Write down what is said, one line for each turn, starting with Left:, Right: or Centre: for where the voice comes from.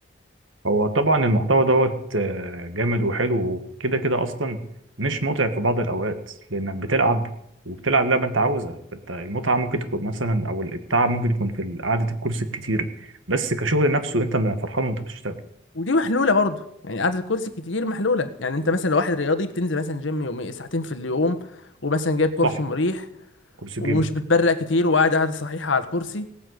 Right: هو طبعا المحتوى دوت آه، جامد وحلو وكده كده اصلا مش متعب في بعض الاوقات لانك بتلعب وبتلعب لعبه انت عاوزها فانت المتعه ممكن تكون مثلا او التعب ممكن يكون في قعده الكرسي الكتير بس كشغل نفسه انت ما فرحان وانت بتشتغل
Left: ودي محلوله برضه يعني قعده الكرسي كتير محلوله يعني انت مثلا لو واحد رياضي بتنزل مثلا جيم يومي ساعتين في اليوم ومثلا جايب كرسي
Right: صح
Left: مريح
Right: كرسي
Left: ومش
Right: جيمنج
Left: بتبرق كتير وقاعد قاعده صحيحه على الكرسي